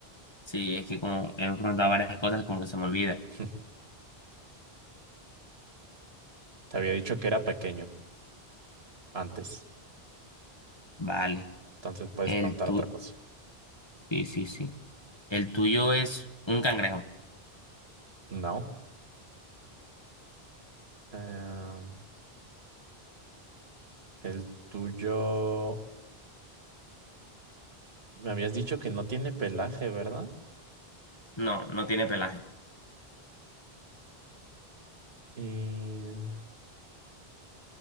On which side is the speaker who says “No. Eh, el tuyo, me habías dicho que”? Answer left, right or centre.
Right